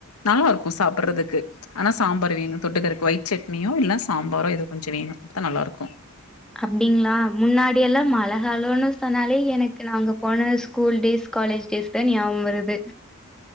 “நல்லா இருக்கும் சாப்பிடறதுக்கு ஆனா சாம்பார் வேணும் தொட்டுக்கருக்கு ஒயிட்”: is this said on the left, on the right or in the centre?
Left